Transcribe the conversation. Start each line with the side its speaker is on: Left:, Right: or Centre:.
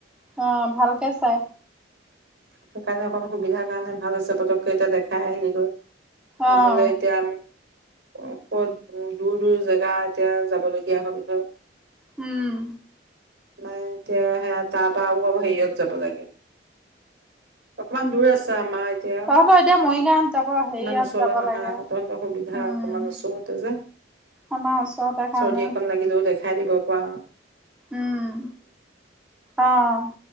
Centre: অ ভালকে চাই।
Right: সেইকাৰণে অকণ সুবিধাৰ কাৰণে ভাল হৈছে পতকে এতিয়া দেখাই আহিলি গৈ।
Centre: অ',
Right: নহ'লে এতিয়া উম কত উ দূৰ দূৰ জেগা এতিয়া যাব লগীয়া হল হয়।
Centre: উম।
Right: নাই এতিয়া হে তাৰপা আও অ হেৰীয়ত। যাব লাগে। অকমান দূৰ আছে আ। আমাৰ এতিয়া
Centre: তহঁতৰ এতিয়া মৰিগাঁৱত যাব হেৰিয়াত
Right: ইমান ওচৰতে
Centre: যাব
Right: নহয়
Centre: লাগে
Right: আও। তহতৰ সুবিধা
Centre: উম।
Right: অকমান ওচৰতে যে
Centre: আমাৰ ওচৰতে কাৰণে
Right: চৰ্দি অকন লাগিলেও দেখা দিব পাওঁ।
Centre: উম আহ।